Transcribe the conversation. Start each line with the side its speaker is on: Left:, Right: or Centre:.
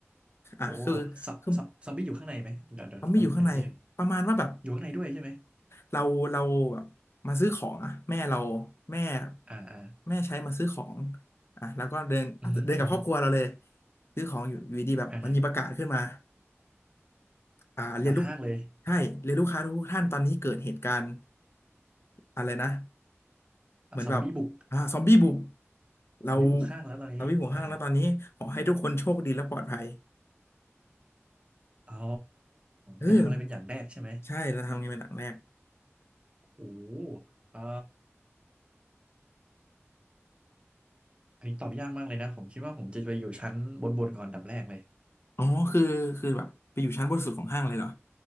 Left: อ่ะคือ
Right: โหซอซอซอมบี้อยู่ข้างในไหมเดี๋ยวเดี๋ยวต้องอันนี้นิดนึง
Left: คือซอมบี้อยู่ข้างในประมาณว่าแบบ
Right: อยู่ข้างในด้วยใช่ไหม
Left: เราเราแบบมาซื้อของอะแม่เราแม่
Right: อ่าอ่า
Left: แม่ใช้มาซื้อของอ่ะแล้วก็เดินอาจจะเดินกับครอบครัวเราเลย
Right: อือฮึอือฮึ
Left: ซื้อของอยู่อยู่ดีๆแบบมันมีประกาศขึ้นมา
Right: อ่าฮะ
Left: อ่าเรียนลูก
Right: ประกาศห้างเลย
Left: ใช่เรียนลูกค้าทุกท่านตอนนี้เกิดเหตุการณ์อะไรนะ
Right: อ่ะซอมบี้บุก
Left: เหมือนแบบอ่าซอมบี้บุกเรา
Right: ซอมบี้บุกห้างแล้วตอนนี้อ่า
Left: เราวิ่งหัวห้างแล้วตอนนี้ขอให้ทุกคนโชคดีและปลอดภัย
Right: อ๋อ
Left: เออ
Right: จะทำอะไรเป็นอย่างแรกใช่ไหม
Left: ใช่เราทำไงเป็นหลังแรก
Right: โอ้โหอ่าอันนี้ตอบยากมากเลยนะผมคิดว่าผมจะไปอยู่ชั้นบนบนก่อนอันดับแรกเลย
Left: อ๋อคือคือแบบไปอยู่ชั้นบนสุดของห้างเลยเหรอ